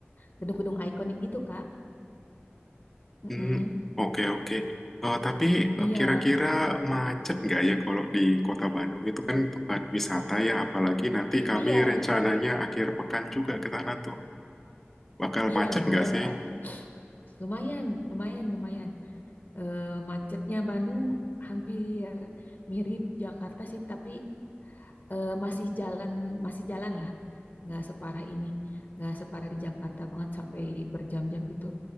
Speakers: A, on the left; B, in the centre.
A: gedung-gedung ikonik gitu Kak. Mm-mm.
B: Hmm, oke oke. Eh, tapi eh,
A: Iya,
B: kira-kira macet nggak ya kalau di Kota Bandung itu kan tempat wisata ya, apalagi nanti kami
A: iya,
B: rencananya akhir pekan juga ke sana tuh. Bakal
A: iya
B: macet
A: lumayan
B: nggak sih?
A: Kak. Lumayan, lumayan, lumayan. Eh, macetnya Bandung hampir mirip Jakarta sih, tapi eh, masih jalan masih jalan lah nggak separah ini nggak separah di Jakarta banget sampai berjam-jam gitu